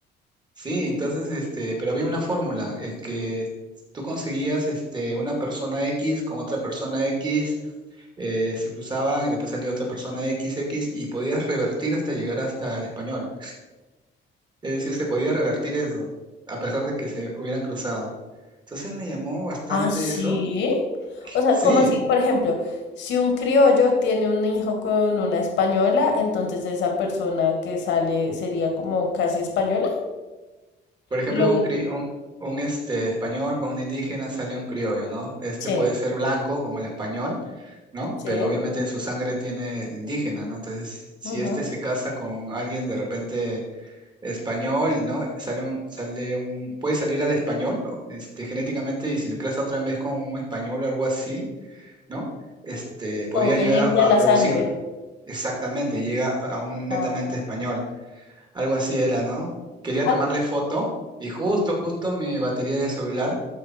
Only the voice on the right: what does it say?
Sí, entonces, este, pero había una fórmula, es que tú conseguías, este, una persona X con otra persona X, eh, se cruzaban y después salía otra persona XX y podías revertir hasta llegar hasta el español. Es decir, se podía revertir eso, a pesar de que se hubieran cruzado. Entonces me llamó bastante
eso.
Sí,
Por ejemplo,
un, cri- un, un, este, español con un indígena sale un criollo, ¿no? Este
puede ser blanco como el español, ¿no?
Pero obviamente en su sangre tiene el indígena, ¿no? Entonces, si
este se casa con alguien de repente español, ¿no? Sale un, sale un, puede salir al español, o, este, genéticamente, y si se casa otra vez con un español o algo así, ¿no? Este, podría
llegar
a,
a producir
exactamente, llega a un
netamente español.
Algo así era, ¿no? Quería
tomarle foto y justo, justo mi batería de celular